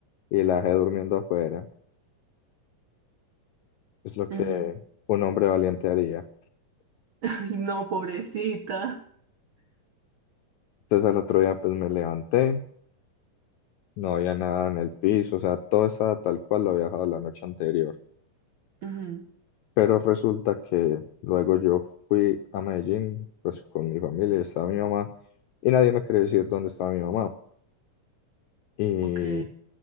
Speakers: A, on the left; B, on the right.
A: y la dejé durmiendo afuera. Es lo que
B: ujú.
A: un hombre valiente haría.
B: Ay, no, pobrecita.
A: Entonces al otro día pues me levanté, no había nada en el piso, o sea, todo estaba tal cual lo había dejado la noche anterior.
B: Ujú.
A: Pero resulta que luego yo fui a Medellín, pues con mi familia, y estaba mi mamá, y nadie me quería decir dónde estaba mi mamá. Y,
B: Ok.